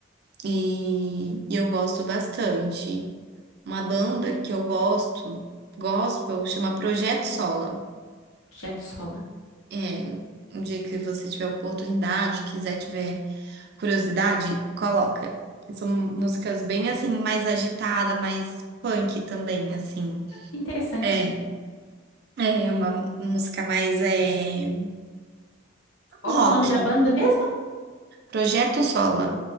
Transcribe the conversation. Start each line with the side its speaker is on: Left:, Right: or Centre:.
Right: E, e eu gosto bastante. Uma banda que eu gosto, gospel, chama Projeto Sola.
Left: Projeto Sola.
Right: É, um dia que você tiver oportunidade, quiser, tiver curiosidade, coloca. São músicas bem assim, mais agitada, mais punk também, assim.
Left: Interessante.
Right: É, é uma música mais é,
Left: Qual
Right: rock.
Left: que é o nome da banda mesmo?
Right: Projeto Sola.